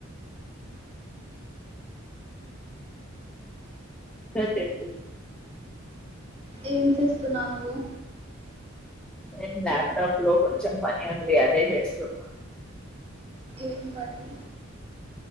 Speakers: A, in the centre; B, on the right.
A: ఇంకా చెప్పు
B: ఏం చేస్తున్నావు నువ్వు
A: నేను లాప్టాప్ లో కొంచెం పని ఉంది అదే చేస్తున్న
B: ఏం పని